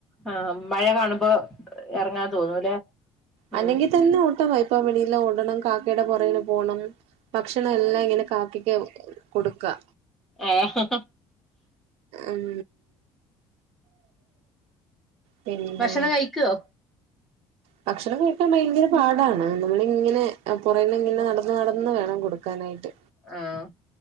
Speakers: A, in the centre; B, on the right.
A: ആഹ് മഴ കാണുമ്പോ ഇറങ്ങാൻ തോന്നുല്ലെ ഉം
B: അല്ലെങ്കി തന്നെ ആഹ് ഇപ്പൊ വെളിയില് ഓടണം കാക്കയുടെ പുറകില് പോണം ഭക്ഷണം എല്ലാം ഇങ്ങനെ കാക്കയ്ക്ക് കൊടുക്ക
A: യ്ഹ്
B: ഉം പിന്നെ
A: ഭക്ഷണം കഴിക്കുവോ
B: ഭക്ഷണം കഴിക്കാൻ ഭയങ്കര പാടാണ് നമ്മളിങ്ങനെ ആഹ് പുറേകെ ഇങ്ങനെ നടന്ന് നടന്ന് വേണം കൊടുക്കാനായിട്ട്
A: ആഹ്